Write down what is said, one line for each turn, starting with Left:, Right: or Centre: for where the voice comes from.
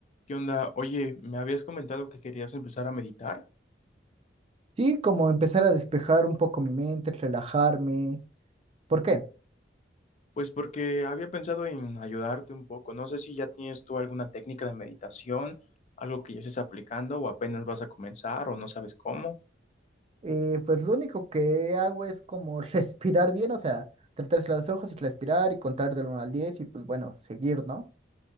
Left: ¿Qué onda? Oye, me habías comentado que querías empezar a meditar.
Right: Sí, como empezar a despejar un poco mi mente, relajarme. ¿Por qué?
Left: Pues porque había pensado en ayudarte un poco. No sé si ya tienes tú alguna técnica de meditación, algo que ya estés aplicando o apenas vas a comenzar o no sabes cómo.
Right: Eh, pues lo único que hago es como <laughs> respirar bien, o sea, tratarse los ojos y respirar y contar del uno al 10 y pues bueno, seguir, ¿no?